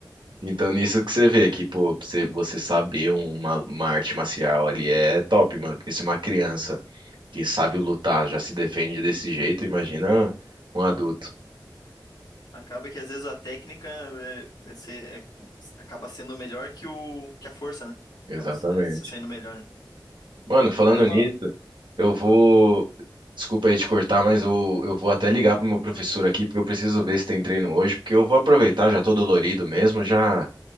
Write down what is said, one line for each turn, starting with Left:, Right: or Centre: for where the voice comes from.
Right: Então nisso que você vê que, pô, você, você saber uma, uma arte marcial ali é top, mano, porque se uma criança que sabe lutar, já se defende desse jeito, imagina um adulto.
Left: Acaba que às vezes a técnica é, é ser- é- acaba sendo melhor que o que a força, né?
Right: Exatamente.
Left: Acaba se, se saindo melhor, né?
Right: Mano, falando
Left: Mas uma,
Right: nisso, eu vou. Desculpa aí te cortar, mas eu, eu vou até ligar pro meu professor aqui, porque eu preciso ver se tem treino hoje, porque eu vou aproveitar, já tô dolorido mesmo, já,